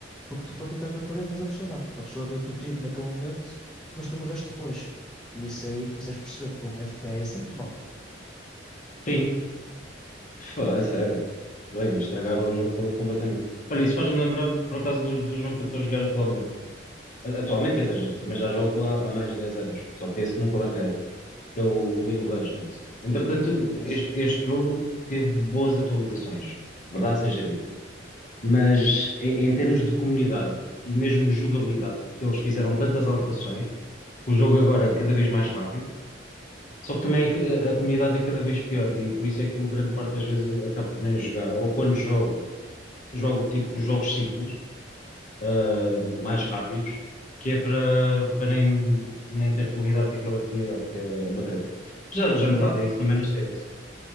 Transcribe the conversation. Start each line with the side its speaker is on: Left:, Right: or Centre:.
Centre: Porque tu partiste na parede, mas a pessoa não. A pessoa deu-te o tiro naquele momento, mas tu morreste depois. E isso aí tu consegues perceber, pô, um FPS é muito mau.
Left: Sim, Fô, a sério. Bem, estragaram o jogo co- completamente. Olha, isso faz-me lembrar, por acaso, do, do jogo que eu estou a jogar atualmente. A- Atualmente, quer dizer, também já jogo há, há mais de 10 anos, só que esse nunca larguei, que é o League of Legends. Entretanto,
Centre: Conheço.
Left: este, este jogo teve boas atualizações, verdade seja dita. mas em, em termos de comunidade e mesmo jogabilidade, porque eles fizeram tantas alterações, que o jogo agora é cada vez mais rápido, só que também a, a comunidade é cada vez pior e por isso é que eu grande parte das vezes acabo por nem jogar, ou quando jogo, jogo tipo jogos simples, ah, mais rápidos, que é para para nem, nem ter que lidar com aquela comunidade, que é uma treta. Já, já
Centre: Eu,
Left: notava isso também no CS.